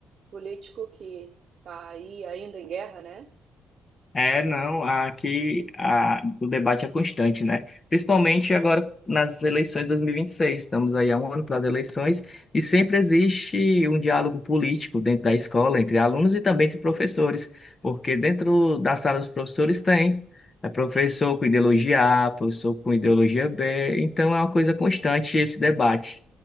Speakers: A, on the right; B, on the left.
A: político que está aí ainda em guerra, né?
B: É, não, aqui a, o debate é constante, né? Principalmente agora nas eleições de dois mil e vinte e seis Estamos aí há um ano para as eleições e sempre existe um diálogo político dentro da escola, entre alunos e também entre professores, porque dentro da sala dos professores tem é professor com ideologia A, professor com ideologia B, então é uma coisa constante esse debate.